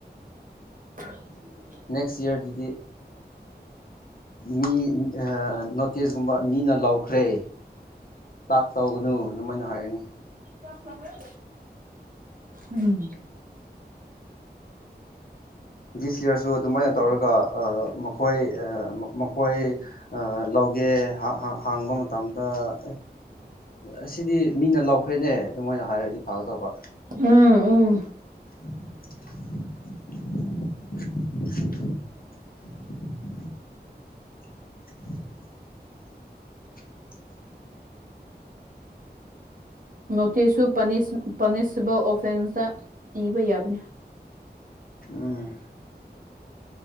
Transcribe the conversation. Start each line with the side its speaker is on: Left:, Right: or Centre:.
Right: <inaudible>
Left: ꯅꯦꯛꯁ ꯏꯌꯥꯔꯗꯗꯤ ꯃꯤ ꯅꯣꯇꯦꯤꯁꯀꯨꯝꯕ ꯃꯤꯅ ꯂꯧꯈ꯭ꯔꯦ꯫ ꯇꯥꯠ ꯇꯧꯒꯅꯨ ꯑꯗꯨꯃꯥꯏꯅ ꯍꯥꯏꯔꯅꯤ
Right: ꯆꯥꯛ <unintelligible> ꯎꯝ
Left: ꯗꯤꯁ ꯏꯌꯥꯔꯁꯨ ꯑꯗꯨꯃꯥꯏꯅ ꯇꯧꯔꯒ ꯃꯈꯣꯏ ꯃꯈꯣꯏ ꯑ ꯂꯧꯒꯦ ꯍꯥ ꯍꯥ ꯍꯥꯡꯕ ꯃꯇꯝꯗ ꯑꯦ ꯑꯁꯤꯗꯤ ꯃꯤꯅ ꯂꯧꯥꯎꯈ꯭ꯔꯦꯅꯦ ꯑꯗꯨ ꯃꯥꯏꯅ ꯍꯥꯏꯔꯗꯤ ꯐꯥꯒꯗꯧꯕ
Right: ꯎꯝ ꯎꯝ
Left: <inaudible> <inaudible> <inaudible>
Right: ꯅꯣꯇꯤꯁꯁꯨ ꯄꯥꯅꯤꯁ ꯄꯥꯅꯤꯁꯤꯕꯜ ꯑꯣꯐꯦꯟꯁꯇ ꯏꯕ ꯌꯥꯕꯅꯤ
Left: ꯎꯝ